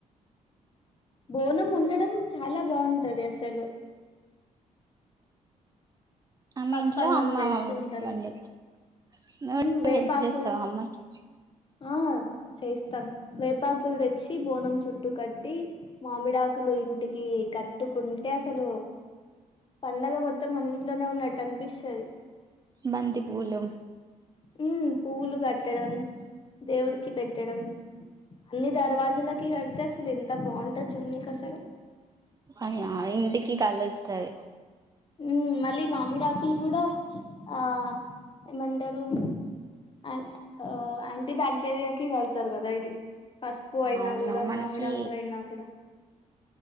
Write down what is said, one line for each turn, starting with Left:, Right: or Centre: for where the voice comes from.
Left: బోనం ఉండడం చాలా బాగుంటది అసలు
Right: అమ్మ
Left: పసుపన్నం
Right: ఇంట్లో అమ్మ
Left: వేస్తూ ఉంటారు
Right: వండుది
Left: కదా
Right: నువ్
Left: ఉమ్ వేపాకులు
Right: హెల్ప్ చేస్తావా అమ్మకి
Left: ఆ చేస్తాను వేపాకులు తెచ్చి బోనం చుట్టు కట్టి మామిడాకులు ఇంటికి కట్టుకుంటే అసలు పండగ మొత్తం మన ఇంట్లోనే ఉన్నట్టనిపిస్తది
Right: బంతిపులు
Left: మ్మ్ పూవులు కట్టడం దేవుడికి పెట్టడం అన్ని దర్వాజులకి కడితే అసలు ఎంత బాగుంటది జూనీకి అసలు
Right: అయ్యా ఇంటికి కళ్ళొస్తది
Left: మ్మ్ మళ్ళీ మామిడాకులు కూడా ఆ ఏమంటారు అ ఆ యాంటీ బాక్టీరియాకి కడతారు కదా ఇది పసుపు అయినా
Right: అవును
Left: కూడా
Right: మనకి
Left: మామిడి ఆకులు అయినా కూడా